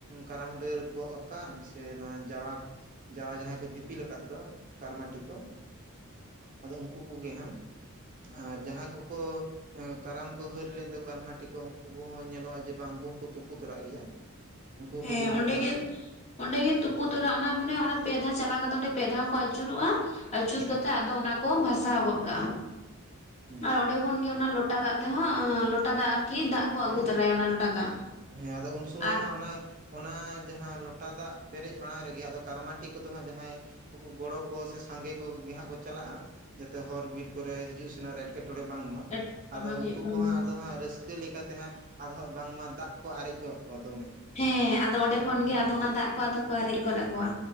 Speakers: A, on the right (about 40°); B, on the left (about 30°).
A: ᱠᱟᱨᱟᱢ ᱰᱟᱹᱨ ᱜᱚᱜ ᱟᱠᱟᱱ ᱥᱮ ᱱᱚᱣᱟ ᱡᱟᱣᱟ᱾ ᱡᱟᱣᱟ ᱡᱟᱦᱟᱸᱭ ᱠᱚ ᱫᱤᱯᱤᱞ ᱟᱠᱟᱫ ᱫᱚ ᱠᱟᱨᱢᱟᱴᱤ ᱠᱚ ᱟᱫᱚ ᱩᱱᱠᱩ ᱠᱚᱜᱮ ᱦᱟᱜ ᱟ ᱡᱟᱦᱟᱸᱭ ᱠᱚᱠᱚ ᱟ ᱠᱟᱨᱟᱢ ᱠᱚ ᱦᱟᱹᱨ ᱞᱮᱫ ᱫᱚ ᱠᱟᱨᱢᱟᱴᱤ ᱠᱚ ᱩᱱᱠᱩ ᱠᱚᱦᱚᱸ ᱧᱮᱞᱚᱜᱼᱟ ᱡᱮ ᱵᱟᱝ ᱩᱱᱠᱩ ᱦᱚᱸᱠᱚ ᱛᱩᱯᱩᱜ ᱛᱚᱨᱟᱜ ᱜᱮᱭᱟ᱾ ᱩᱱᱠᱩ ᱦᱚᱸᱠᱚ
B: ᱦᱮᱸ
A: ᱡᱚᱵᱮ
B: ᱚᱸᱰᱮᱜᱮᱛ
A: ᱛᱚᱨᱟᱜᱼᱟ
B: ᱚᱸᱰᱮᱜ ᱛᱩᱯᱩ ᱛᱚᱨᱟ ᱚᱱᱟ ᱢᱟᱱᱮ ᱚᱱᱟ ᱯᱮ ᱫᱷᱟᱣ ᱪᱟᱞᱟᱣ ᱠᱟᱛᱮᱜ ᱯᱮ ᱫᱷᱟᱣ ᱠᱚ ᱟᱪᱩᱨᱚᱜ-ᱟ᱾ ᱟᱹᱪᱩᱨ
A: ᱦᱮᱸ
B: ᱠᱟᱛᱮᱜ ᱟᱫᱚ ᱚᱱᱟ ᱠᱚ ᱵᱷᱟᱥᱟᱣ ᱜᱚᱫ ᱠᱟᱜ-ᱟ
A: ᱦᱮᱸ
B: ᱟᱨ ᱚᱸᱰᱮ ᱠᱷᱚᱱ ᱜᱮ ᱚᱱᱟ ᱞᱚᱴᱟ ᱫᱟᱜ ᱛᱮᱦᱚᱸ ᱞᱚᱴᱟ ᱫᱟᱜ ᱟᱨᱠᱤ ᱫᱟᱜ ᱠᱚ ᱟᱹᱜᱩ ᱛᱚᱨᱟᱭᱟ ᱚᱱᱟ ᱞᱚᱴᱟ ᱫᱟᱜ᱾
A: ᱦᱮᱸ ᱟᱫᱚ ᱩᱱ ᱥᱚᱢᱚᱭ
B: ᱟᱨ
A: ᱦᱚ ᱚᱱᱮ? ᱚᱱᱟ ᱡᱟᱦᱟᱸ ᱞᱚᱴᱟ ᱫᱟᱜ ᱯᱮᱨᱮᱡ ᱢᱟᱲᱟᱝ ᱨᱮᱜᱮ ᱟᱫᱚ ᱠᱟᱨᱢᱟᱴᱤ ᱠᱚᱫᱚ ᱦᱟᱸᱜ ᱡᱟᱦᱟᱸᱭ ᱠᱚᱠᱚ ᱜᱚᱲᱚ ᱠᱚ ᱥᱮ ᱥᱟᱸᱜᱮ ᱠᱚᱜᱮ ᱦᱟᱸᱜ ᱠᱚ ᱪᱟᱞᱟᱜ-ᱟ᱾ ᱡᱟᱛᱮ ᱦᱚᱨ ᱵᱤᱨ ᱠᱚᱨᱮ ᱦᱤᱡᱩᱜ ᱥᱮᱱᱚᱜ ᱨᱮ ᱮᱴᱠᱮᱴᱚᱬᱮ ᱵᱟᱝᱢᱟ
B: ᱮᱴᱠᱮᱴᱚᱬᱮ
A: ᱟᱫᱚ
B: ᱵᱟᱝ ᱦᱩᱭᱩᱜ
A: ᱩᱱᱠᱩ
B: ᱢᱟ᱾
A: ᱠᱚᱦᱟᱸᱜ ᱟᱫᱚ ᱦᱟᱸᱜ ᱨᱟᱹᱥ ᱠᱟ ᱞᱮᱠᱟ ᱛᱮᱦᱟᱸᱜ ᱟᱫᱚᱦᱟᱜ ᱵᱟᱝᱢᱟ ᱫᱟᱜ ᱠᱚ ᱟᱨᱮᱡ ᱜᱚᱜ ᱠᱚᱣᱟ ᱫᱚᱢᱮ᱾
B: ᱦᱮᱸ ᱟᱫᱚ ᱚᱱᱰᱮ ᱠᱷᱚᱱ ᱜᱮ ᱟᱫᱚ ᱚᱱᱟ ᱫᱟᱜ ᱠᱚ ᱟᱨᱮᱡ ᱜᱚᱫ ᱟᱠᱚᱣᱟ᱾